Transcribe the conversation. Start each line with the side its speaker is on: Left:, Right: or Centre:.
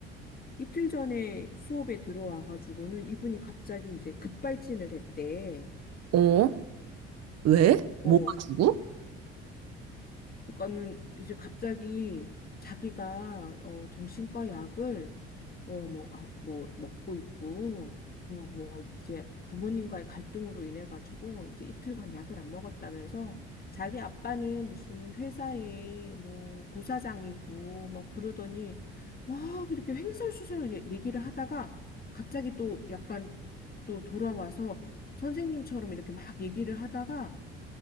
Left: 이틀 전에 수업에 들어와가지고는 이분이 갑자기 이제 급발진을 했대.
Right: 어? 왜? 뭐가
Left: 어,
Right: 주고?
Left: 그러니까는 이제 갑자기 자기가 어 정신과 약을 어뭐뭐 먹고 있고 뭐 뭐 이제 부모님과의 갈등으로 인해 가지고 이제 이틀간 약을 안 먹었다면서 자기 아빠는 무슨 회사의 뭐 부사장이고 막 그러더니 막 이렇게 횡설수설 얘- 얘기를 하다가 갑자기 또 약간 또 돌아와서 선생님처럼 이렇게 막 얘기를 하다가